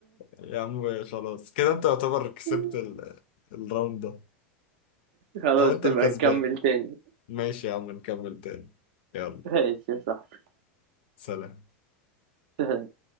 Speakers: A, on the left; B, on the right.
A: يا عم خلاص كده انت يعتبر كسبت
B: <laughs>
A: ال... الراوند ده
B: خلاص
A: او انت الكسبان
B: نبقى نكمل تاني
A: ماشي يا عم نكمل تاني يلا
B: ماشي يا صاحبي
A: سلام
B: <laughs>